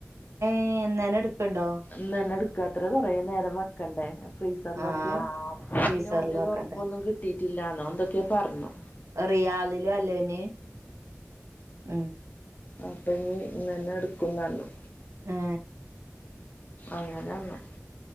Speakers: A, on the right; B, on the left.
A: ഏഹ് ന്നെന്നെ ട്ക്ക്ണ്ടോ
B: ന്ന് ന്നെ എടുക്കാത്തറെ കൊറെ നേരം വ ക്കണ്ടേ ഫ്രീസർലൊക്കെ
A: ആ
B: ആഹ്
A: ഫ്രീസറിൽ
B: പിന്നെ ഓന്റത്
A: വെക്കണ്ട്
B: ഒറപ്പൊന്നും കി ട്ടിട്ടില്ലാന്നോ ന്തൊക്കെ പർ ഞ്ഞു
A: റിയാദി ലും അല്ലേന് ഇമ്
B: അപ്പൊഞ്ഞ് ന്നന്നെ എടുക്കുംന്നർ ഞ്ഞു
A: ഏ
B: അങ്ങ നൊന്ന്